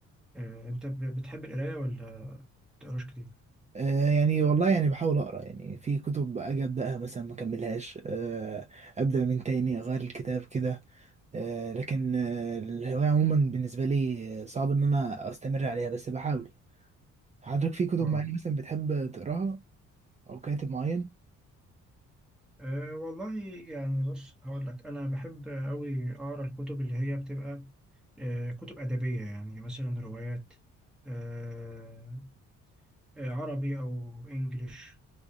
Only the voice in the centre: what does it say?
آه، أنت ب- بتحب القراية ولا بتقراش كتير؟
آه
آه، والله يعني بص هقول لك أنا بحب أوي أقرأ الكتب اللي هي بتبقى آه، كتب أدبية يعني مثلا روايات آه، آه، عربي أو إنجليش